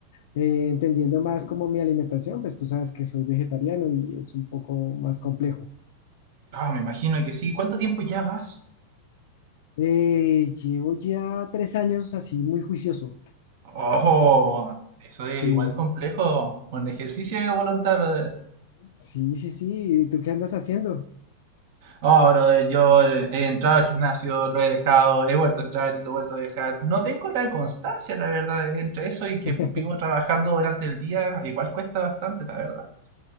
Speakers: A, on the left; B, on the right.
A: eh, entendiendo más como mi alimentación, pues tú sabes que soy vegetariano y es un poco más complejo.
B: Ah, me imagino que sí. ¿Cuánto tiempo ya vas?
A: Eh, llevo ya tres años así muy juicioso.
B: Oh, eso es
A: Sí,
B: igual complejo. Un ejercicio de voluntad, brother.
A: sí, sí, sí, ¿y tú qué andas haciendo?
B: Oh, brother, yo he entrado al gimnasio, lo he dejado, he vuelto a entrar y lo he vuelto a dejar. No tengo la constancia, la verdad, entre eso y que
A: <laughs>
B: vivo trabajando durante el día, igual cuesta bastante, la verdad.